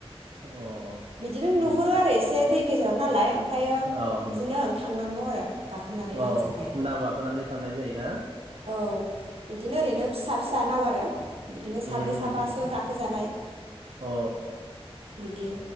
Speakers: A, on the right; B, on the right.
A: ओम
B: बिदिनो नुहुरो आरो एसे दै गेजेराव नालाय ओमफ्रायो
A: औ
B: बिदिनो ओं थांनांगौ आरो गाखोनानै नावजोंहाय
A: औ नाव गाखोनानै थांनाय जायो ना?
B: औ बिदिनो ओरैनो फिसा फिसा नाव आरो बिदिनो साब्रै
A: उम होम
B: साबासो
A: होम
B: गाखोजानाय।
A: अ
B: बिदि